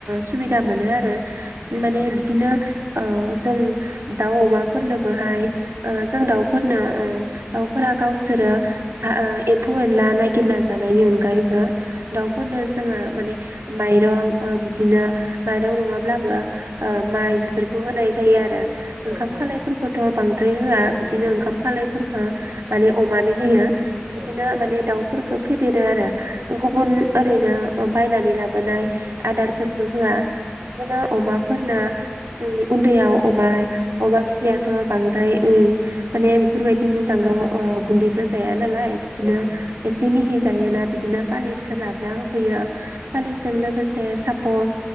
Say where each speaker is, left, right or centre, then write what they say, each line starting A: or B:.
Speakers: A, on the right (about 80°); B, on the right (about 15°).
A: सुबिदा मोनो आरो
B: ओं
A: माने बिदिनो जों दाउ अमाफोरनोबोहाय ओ जों दाउफोरनो ओ दाउफोरा गावसोरो ओ ओ एम्फौ एनला नायगिरना जानायनि अनगायैबो दाउफोरनो जोंहा माने माइरं ओ बिदिनो माइरं नङाब्लाबो ओ माइ बेफोरखौ होनाय जा जायो आरो ओंखाम
B: औ औ
A: खालायफोरखौथ' बांद्राय होआ
B: उम
A: बिदिनो
B: उम
A: ओंखाम
B: ओं
A: खालायफोरखौ माने अमानो होयो बिदिनो
B: औ औ
A: माने दाउ फो खो फेदेरो आरो गुबुन
B: उम
A: ओरैनो बायनानै लाबोनाय आदारफोरखौ
B: उम
A: होआ बिदिनो
B: औ औ
A: अमाफोरनो उम दैयाव अमा अमा फिसियाथ' बांद्राय ओ माने बेफोरबायदिनो जांगाव
B: गोरा
A: ओ
B: ओं
A: गुन्दैखौ
B: ओं
A: जाया नालाय बिदिनो
B: औ औ
A: एसे मिहि जायोना बिदिनो पालिसखौ लाबोना होफैयो पालिसजों
B: औ
A: लोगोसे सापर